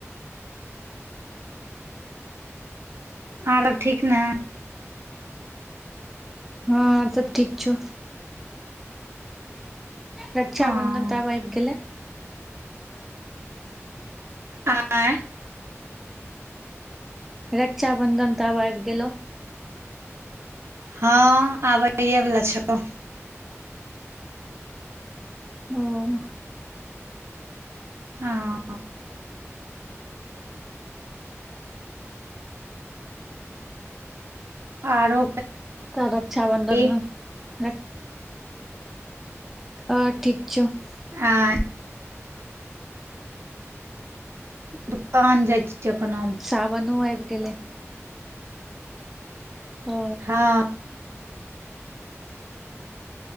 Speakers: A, on the right; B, in the centre.
A: आरब ठीक ने
B: हँ सब ठीक छौ रक्षा
A: हँ
B: बंधन त आब आब गेलै
A: आय <unintelligible> <unintelligible>
B: रक्षाबंधन त आब आबि गेलो
A: हँ आबैए वला छौ
B: हूँ
A: हँ आरो
B: त रक्षाबन्धन
A: कही
B: मे अ ठीक छौ <unintelligible>
A: हँ <unintelligible> दुकान जाइ छियै अपन आम <unintelligible>
B: सावनो आब गेलै ओ
A: हँ